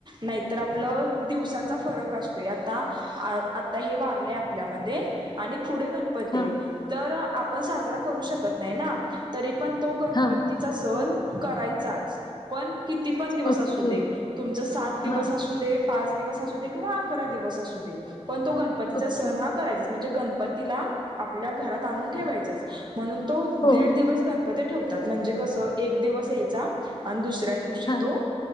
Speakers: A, on the right; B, on the left.
A: नाही- तर आपलं दिवसांचा- फरक असतोय आता आता हे वारलंय आपल्यामध्ये आणि पुढे गणपतीय
B: हा
A: तर आपण साजरा करु शकत नाई ना तरी पण कू तो गणपतीचा
B: हा
A: सण करायचाच पण किती पण दिवस
B: ओके
A: असू दे तुमच सात दिवस
B: हा
A: असू दे पाच दिवस असू दे किंवा अकरा दिवस असू दे पण तो गणपतीचा
B: ओके
A: सण हा करायचाच म्हणजे गणपतीला आप आपल्या घरात आणून ठेवायचंच. म्हणून. तो दीड
B: हो
A: दिवस गण मध्ये ते ठेवतात म्हणजे, कसं एक दिवस यायचा दुसऱ्या तिसऱ्या दिवशी
B: हा
A: तो.